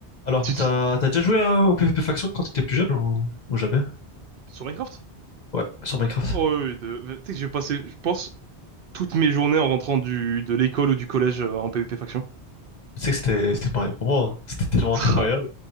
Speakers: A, on the left; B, on the right.
A: Alors,
B: Tu
A: t'as
B: te-
A: t'as déjà joué à- au PvP Faction quand t'étais plus jeune ou, ou jamais?
B: Sur Minecraft?
A: Ouais, sur Minecraft.
B: Oh, oui, oui, de... Tu sais que j'ai passé, je pense, toutes mes journées en rentrant du... de l'école ou du collège euh, en PvP faction.
A: Tu sais que c'était c'était pareil pour moi, hein. C'était tellement
B: Tra.
A: incroyable.